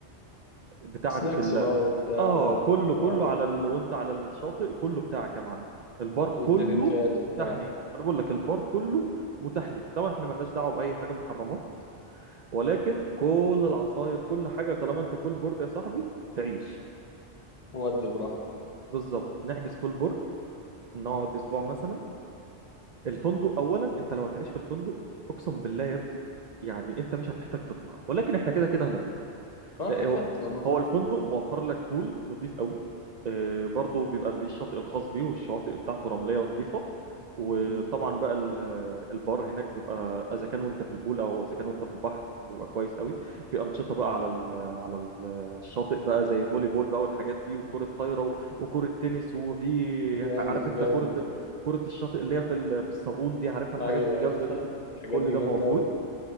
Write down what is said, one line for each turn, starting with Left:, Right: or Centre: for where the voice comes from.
Right: بتاعك
Left: سناكس
Right: ال-
Left: بقى وبتاع
Right: اه
Left: بقى
Right: كله
Left: والبار
Right: كله
Left: والدنيا
Right: على ال... وانت على الشاطئ كله بتاعك يا معلم البار
Left: والدرينكات
Right: كله
Left: وبتاع
Right: متاح ليك ما انا بقول لك البار كله متاح ليك طبعا احنا ملناش دعوه باي حاجه محرمات ولكن كل العصاير كل حاجه طالما انت فول بورد يا صاحبي تعيش
Left: ودي براحتك
Right: بالظبط نحجز فول بورد نقعد اسبوع مثلا الفندق اولا انت لو هتعيش في الفندق اقسم بالله يا ابني يعني انت مش هتحتاج تطلع ولكن احنا كده كده هنطلع
Left: اه
Right: لا
Left: كده
Right: هو
Left: كده نطلع نخرج
Right: هو الفندق موفر لك بول نظيف قوي آه، برضه بيبقى ليه الشاطئ الخاص بيه والشواطئ بتاعته رملية نظيفة وطبعا
Left: مم.
Right: بقى ال- البار هناك بيبقى اذا كان وانت في البول او اذا كان وانت في البحر بيبقى كويس قوي في انشطه بقى على ال على ال الشاطئ بقى زي فولي بول بقى والحاجات دي وكره طايره و- وكره تنس وفي
Left: جامد
Right: عارف انت
Left: جامد
Right: كره
Left: ده
Right: كره الشاطئ اللي هي في ال- في الصابون دي عارفها الحاجات
Left: ايوه
Right: الجامده
Left: ايوه <laughs>
Right: دي
Left: الحاجات
Right: كل
Left: دي
Right: ده
Left: جامده
Right: موجود
Left: قوي